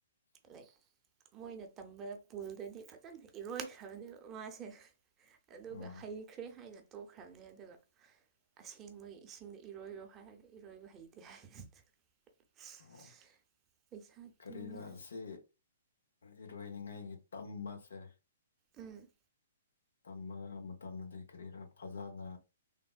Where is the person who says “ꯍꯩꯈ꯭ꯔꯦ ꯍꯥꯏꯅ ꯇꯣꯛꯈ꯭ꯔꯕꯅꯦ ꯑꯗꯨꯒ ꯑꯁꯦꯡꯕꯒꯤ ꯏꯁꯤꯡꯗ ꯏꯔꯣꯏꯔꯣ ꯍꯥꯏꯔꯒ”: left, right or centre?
Right